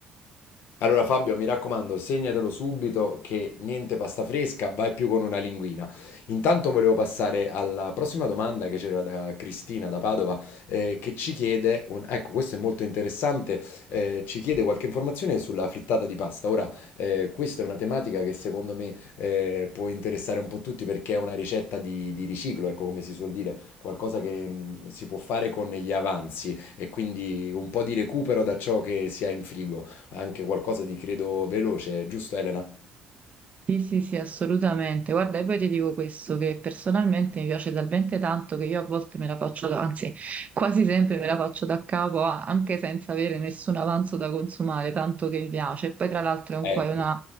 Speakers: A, on the left; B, on the right.
A: Allora Fabio, mi raccomando, segnatelo subito che niente pasta fresca, vai più con una linguina. Intanto volevo passare alla prossima domanda che c'era da Cristina da Padova, eh, che ci chiede, un- ecco, questo è molto interessante, eh, ci chiede qualche informazione sulla frittata di pasta. Ora, eh, questa è una tematica che secondo me eh, può interessare un po' tutti perché è una ricetta di, di riciclo, ecco come si suol dire, qualcosa che mh, si può fare con gli avanzi e quindi un po' di recupero da ciò che si ha in frigo anche qualcosa di credo veloce, giusto Elena?
B: Sì, sì, sì, assolutamente. Guarda, e poi ti dico questo, che personalmente mi piace talmente tanto che io a volte me la faccio, da- anzi, quasi sempre me la faccio da capo, a- anche senza avere nessun avanzo da consumare, tanto che mi piace. E poi tra l'altro è un,
A: Ecco.
B: qua- è una-